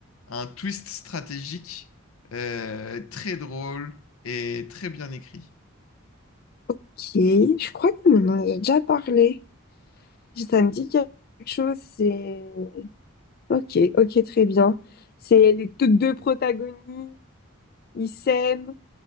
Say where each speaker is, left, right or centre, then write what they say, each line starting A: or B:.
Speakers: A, on the left; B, on the left.
A: un twist stratégique euh, très drôle et très bien écrit.
B: Ok, je crois que maintenant, on en a déjà parlé. Ça me dit quelque chose, c'est... Ok, ok, très bien. C'est les toutes deux protagonistes, ils s'aiment,